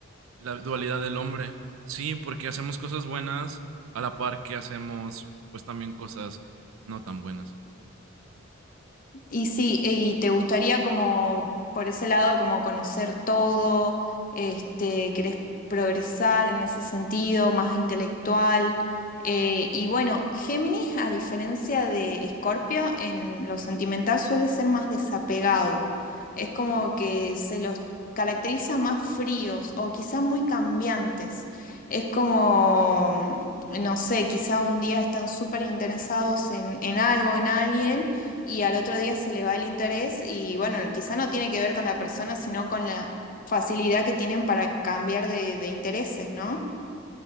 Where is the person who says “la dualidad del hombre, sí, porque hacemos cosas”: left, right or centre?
Right